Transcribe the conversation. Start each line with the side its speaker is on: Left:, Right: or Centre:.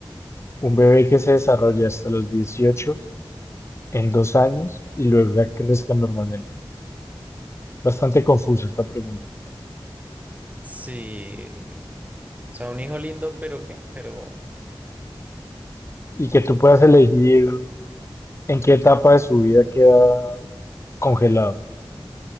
Left: un bebé que se desarrolle hasta los 18 en dos años y luego crezca normalmente? Bastante confusa esta pregunta.
Right: sí. O sea, un hijo lindo, pero ¿qué? Pero,
Left: Y que tú puedas elegir ¿En qué etapa de su vida queda congelado?